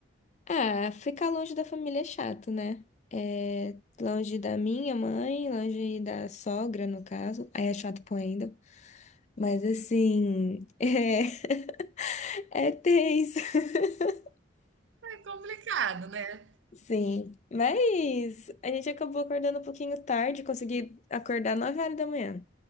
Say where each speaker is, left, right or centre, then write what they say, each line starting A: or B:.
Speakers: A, on the left (about 35°); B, on the right (about 70°).
A: Ah, ficar longe da família é chato, né? É, longe da minha mãe, longe da sogra, no caso. Aí é chato pô ainda. Mas assim, <laughs> é, é tenso. <laughs>
B: É complicado, né?
A: Sim, mas a gente acabou acordando um pouquinho tarde, consegui acordar 9 horas da manhã.